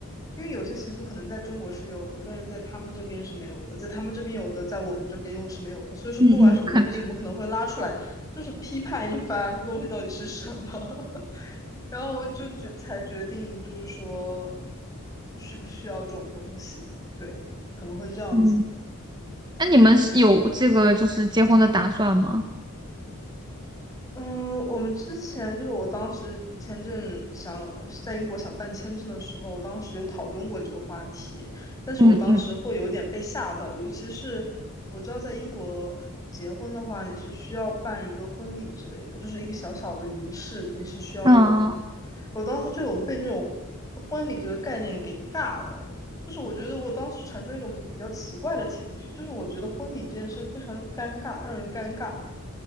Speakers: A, on the left; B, on the right.
A: 因为有些习俗可能在中国是有的，但是在他们这边是没有的，在他们这边有的，在我们这边又是没有的，所以说不管什么东西，
B: 嗯嗯，肯定。
A: 我们可能会拉出来，就是批判一番，这东西到底是什么。<laughs> 然后就决才决定就是说需不需要这种东西，对，可能会这样子。
B: 嗯那你们是有这个就是结婚的打算吗？
A: 嗯，我们之前就是我当时签证想在英国想办签证的时候，当时有讨论过这个话题，但是我当时会有点被吓到，
B: 嗯嗯，
A: 尤其是我知道在英国结婚的话，你是需要办一个婚礼之类的，就是一个小小的仪式，你是需要有的嘛。
B: 嗯，
A: 我当时就有被那种婚礼这个概念给尬到，就是我觉得我当时产生一种比较奇怪的情绪，就是我觉得婚礼这件事非常尴尬，让人尴尬。